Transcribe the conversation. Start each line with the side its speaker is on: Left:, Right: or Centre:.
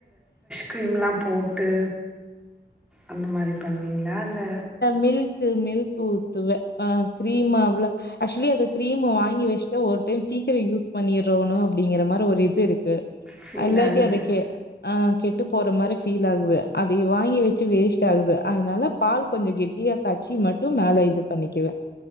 Centre: க்ரீம்லா போட்டு அந்த மாரி பண்ணுவீங்ளா இல்ல
Left: மில்க்கு மில்க் ஊத்துவே ஆ கிரீமா அவ்ளோ அக்சுவலி அத க்ரீம்ம வாங்கி வச்சுட்டு ஒரு டைம் சீக்கிரோ யூஸ் பண்ணிரோனு அப்டிங்கற மாரி ஒரு இது இருக் கு
Centre: ஃபீல்
Left: அ இல்லாட்டி
Centre: ஆகுது.
Left: அத கெ ஆ கெட்டு போற மாரி ஃபீல் ஆகுது அதை வாங்கி வச்சு வேஸ்ட் ஆகுது அதனால பால் கொஞ்சோ கெட்டியா காய்ச்சி மட்டு மேல இது பண்ணிக்குவே